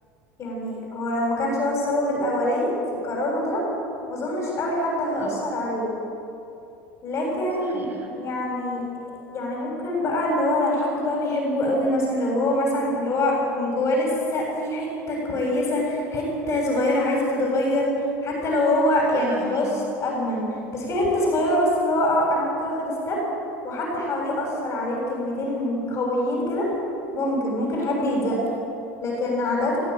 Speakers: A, on the left; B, on the right.
A: يعني هو لو ما كانش هو السبب الاولاني في قراره ده ما اظنش قوي حد هيأثر
B: اه
A: عليه لكن
B: صحيح
A: يعني يعني ممكن بقى اللي هو لو حد بقى بيحبه قوي مثلا لو هو مثلا اللي هو من جواه لسه في حتة كويسة حتة صغيرة عايزة تتغير حتى لو هو يعني
B: فاهمك
A: خلاص ادمن بس في حتة صغيرة بس اللي هو اه انا ممكن اخد ستيب وحد حواليه اثر عليه بكلمتين قويين كده ممكن ممكن حد يتزق لكن عادة